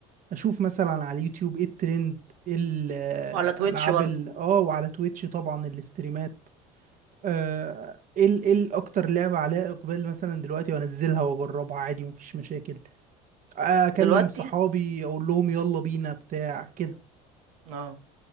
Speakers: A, on the right; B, on the right.
A: اشوف مثلا على اليوتيوب ايه الترند ايه الالعاب
B: وعلى تويتش برضه
A: ال- اه وعلى تويتش طبعا الاستريمات آه، ايه ال- ايه اكتر لعبه عليها اقبال مثلا دلوقتي وانزلها واجربها عادي مفيش مشاكل آه، اكلم
B: دلوقتي
A: صحابي اقول لهم يلا بينا بتاع كده
B: اه